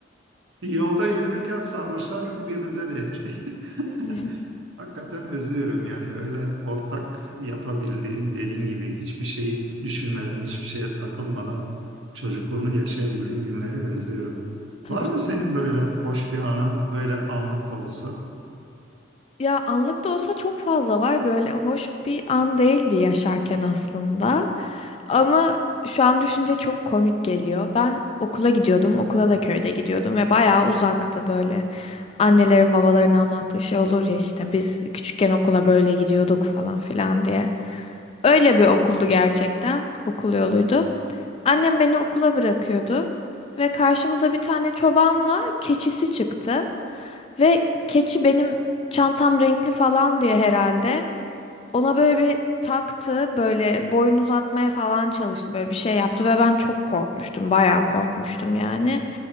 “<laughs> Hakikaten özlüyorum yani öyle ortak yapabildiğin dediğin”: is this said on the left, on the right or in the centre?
Right